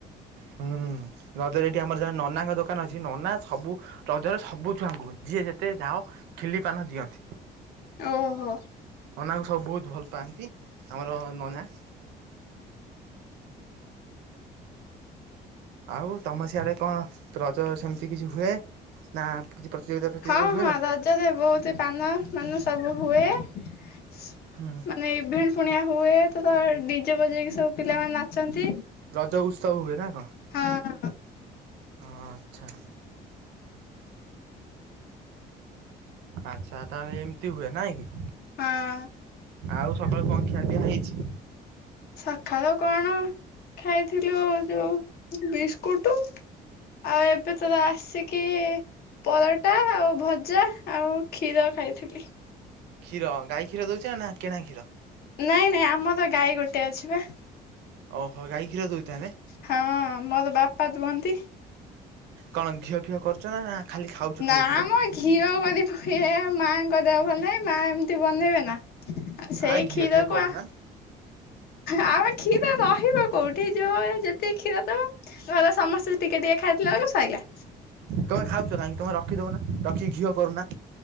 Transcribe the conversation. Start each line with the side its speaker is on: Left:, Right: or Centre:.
Right: ହୁଁ ହୁଁ। ରଜ ରେ ଏଠି ଆମର ଜଣେ ନନାଙ୍କ ଦୋକାନ ଅଛି ନନା ସବୁ ରଜରେ ସବୁ ଛୁଆଙ୍କୁ ଯିଏ ଯେତେ ଯାଅ ଖିଲି ପାନ ଦିଅନ୍ତି।
Left: ଓହୋ।
Right: ନନାଙ୍କୁ ସବୁ ବହୁତ୍ ଭଲ ପାଆନ୍ତି। ଆମର ନନା ଆଉ ତମ ସିଆଡେ କଣ ରଜ ସେମିତି କିଛି ହୁଏ ନା କିଛି ପ୍ରତିଯୋଗିତା ପ୍ରତିଯୋଗିତା
Left: ହଁ
Right: ହୁଏ
Left: ହଁ।
Right: ନା
Left: ରଜରେ ବହୁତି ପାନ ମାନେ ସବୁ ହୁଏ। ମାନେ
Right: ହୁଁ
Left: ଇଭେଣ୍ଟ ପୁଣି ଆ ହୁଏ। ତ ଡିଜେ ବଜେଇକି ସବୁ ପିଲାମାନେ ନାଚନ୍ତି।
Right: ରଜ ଉତ୍ସବ ହୁଏ ନା କଣ?
Left: ହଁ
Right: ଆଚ୍ଛା। ଆଚ୍ଛା। ତା ହେଲେ ଏମିତି ହୁଏ ନାଇଁ କି?
Left: ହଁ।
Right: ଆଉ ସକାଳୁ କଣ ଖିଆ ପିଆ ହେଇଚି?
Left: ସଖାଳୁ କଣ ଖାଇଥିଲୁ ଯୋଉ ବିସ୍କୁଟୁ। ଆଉ ଏବେ ତ ଆସିକି ପରଟା ଆଉ ଭଜା ଆଉ କ୍ଷୀର ଖାଇଥିଲି।
Right: କ୍ଷୀର ଗାଈ କ୍ଷୀର ଦଉଚି ନା କିଣା କ୍ଷୀର?
Left: ନାଇଁ ନାଇଁ ଆମର ଗାଈ ଗୋଟେ ଅଛି ପା।
Right: ଓହୋ। ଗାଈ କ୍ଷୀର ଦଉଚି ତାହେଲେ?
Left: ହଁ ମୋର ବାପା ଦୁହଁନ୍ତି।
Right: କଣ ଘିଅ ଫିଅ କରୁଚ ନା ଖାଲି ଖାଉଛ
Left: ନା
Right: ଖାଲି କ୍ଷୀର?
Left: ମ ଘିଅ କରିବୁ, ମାଆଙ୍କ ଦେହ ଭଲେ ନାହିଁ ମା ଏମିତି ବନେଇବେ ନା। ଆଉ
Right: ଆ
Left: ସେଇ
Right: ଘିଅ
Left: କ୍ଷୀରକୁ
Right: ଟିକେ କରୁନା
Left: ଆ ଆମ କ୍ଷୀର ରହିବ କୋଉଠି ଯୋଉ ଏ ଯେ ଯେତିକି କ୍ଷୀର ଦବ, ଘର ର ସମସ୍ତେ ଟିକେ ଟିକେ ଖାଇଦେଲା ବେଳକୁ ଶଇଲା।
Right: ତମେ ଖାଉଚ କାହିଁକି? ତମେ ରଖିଦେଉନା ରଖିକି ଘିଅ କରୁନା।